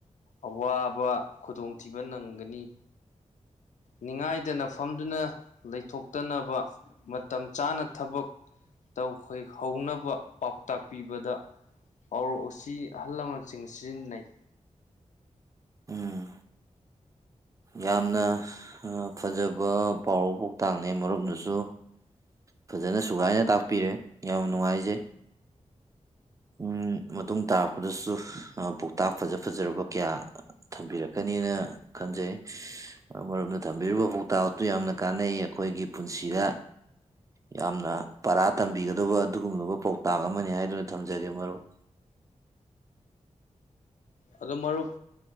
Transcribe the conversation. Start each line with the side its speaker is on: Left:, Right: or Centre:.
Left: ꯑꯋꯥꯕ ꯈꯨꯗꯣꯡꯊꯤꯕ ꯅꯪꯒꯅꯤ ꯅꯤꯡꯉꯥꯏꯗꯅ ꯐꯝꯗꯨꯅ ꯂꯩꯊꯣꯛꯇꯅꯕ ꯃꯇꯝ ꯆꯥꯅ ꯊꯕꯛ ꯇꯧꯍꯣꯢ ꯍꯧꯅꯕ ꯄꯥꯎꯇꯥꯛ ꯄꯤꯕꯗ ꯄꯥꯎꯔꯧ ꯑꯁꯤ ꯑꯍꯜ ꯂꯃꯟꯁꯤꯡ ꯁꯤꯖꯤꯟꯅꯩ
Right: ꯎꯝ ꯌꯥꯝꯅ ꯑ ꯐꯖꯕ ꯄꯥꯎꯔꯧ ꯄꯥꯎꯇꯥꯛꯅꯦ ꯃꯔꯨꯝꯅꯁꯨ ꯐꯖꯅ ꯁꯨꯒꯥꯏꯅ ꯇꯥꯛꯄꯤꯔꯦ ꯌꯥꯝ ꯅꯨꯡꯉꯥꯏꯖꯩ ꯎꯝ ꯃꯇꯨꯡ ꯇꯥꯔꯛꯄꯗꯁꯨ ꯑ ꯄꯧꯇꯥꯛ ꯐꯖ ꯐꯖꯔꯕ ꯀꯌꯥ ꯊꯝꯕꯤꯔꯛꯀꯅꯤꯅ ꯈꯟꯖꯩ ꯑ ꯃꯔꯨꯞꯅ ꯊꯝꯕꯤꯔꯤꯕ ꯄꯥꯎꯇꯥꯛ ꯑꯗꯨꯨ ꯌꯥꯝꯅ ꯀꯥꯟꯅꯩ ꯑꯩꯈꯣꯏꯒꯤ ꯄꯨꯟꯁꯤꯗ ꯌꯥꯝꯅ ꯄꯔꯥ ꯇꯝꯕꯤꯒꯗꯕ ꯑꯗꯨꯒꯨꯝꯂꯕ ꯄꯥꯎꯇꯥꯛ ꯑꯃꯅꯤ ꯍꯥꯏꯗꯨꯅ ꯊꯝꯖꯒꯦ ꯃꯔꯨꯞ
Left: ꯑꯗꯨ ꯃꯔꯨꯞ